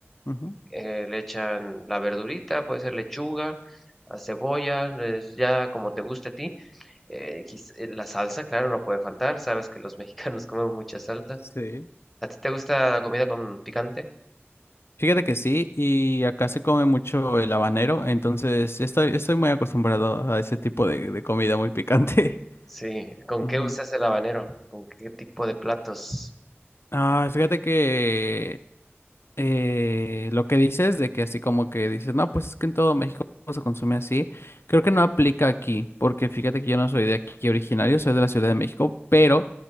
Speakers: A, on the left; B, in the centre.
A: ujú.
B: eh, le echan la verdurita, puede ser lechuga, a cebolla, les- ya como te guste a ti. Eh, quiz- eh, la salsa, claro, no puede faltar, sabes que los <laughs> mexicanos comemos mucha salsa.
A: Sí.
B: ¿A ti te gusta la comida con picante?
A: Fíjate que sí, y acá se come mucho el habanero, entonces estoy, estoy muy acostumbrado a ese tipo de, de comida muy picante.
B: Sí,
A: <laughs>
B: ¿con
A: Ujú.
B: qué usas el habanero? ¿Con qué tipo de platos?
A: Ah, fíjate que eh, lo que dices de que así como que dices, no, pues es que en todo México se consume así, creo que no aplica aquí, porque fíjate que yo no soy de aquí originario, soy de la Ciudad de México, pero